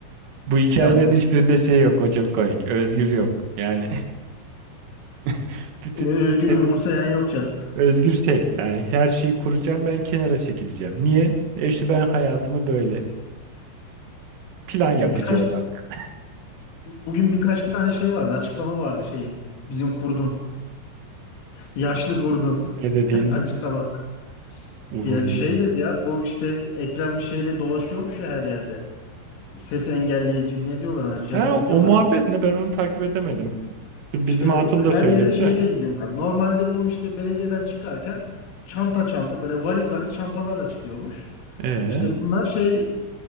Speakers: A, on the right; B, on the left.
A: Bu hikayelerin
B: Ya bu
A: hiçbirinde şey yok o çok komik özgür yok yani <laughs> bütün
B: e, Özgür
A: sistemi
B: umursayan yok canım.
A: özgür şey yani her şeyi kuracağım ben kenara çekileceğim. Niye? E işte ben hayatımı böyle plan yapıcı
B: Ya birkaç
A: olarak
B: bugün birkaç tane şey vardı. Açıklama vardı şeyin. Bizim kurdun. Yaşlı kurdun.
A: ne dediğini.
B: <laughs> Açıklaması.
A: Uğur.
B: Ya şey dedi ya bu işte Ekrem şeyle dolaşıyormuş ya her yerde. Ses engelleyici ne diyorlar ona? Jammer
A: Ha,
B: mı diyorlar?
A: o muhabbet ne? Ben onu takip edemedim. Bizim
B: İşte
A: hatun da
B: her
A: söyledi
B: yere şeyle
A: de.
B: gidiyormuş. Yani normalde bu işte belediyeden çıkarken çanta çanta böyle valiz valiz çantalarla çıkıyormuş.
A: Ee,
B: İşte bunlar şey